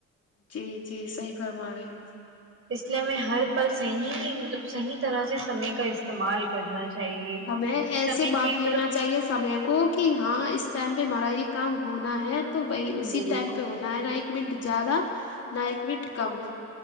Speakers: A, on the left; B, on the right.
A: جی جی صحیح فرمایں
B: اس لیے میں ہر پل صحیح مطلب صحیح طرح سے سمے کا است استعمال کرنا چاہیے
A: ہمیں ایسے
B: سمے
A: بانٹ
B: کی
A: لینا
B: مطلب
A: چاہیے سمے کو کہ ہاں اس ٹائم پہ ہمارا یہ کام ہونا ہے تو وہی اسی
B: بالکل
A: ٹائم پہ ہونا نہ نہ ایک منٹ جیادہ نہ ایک منٹ کم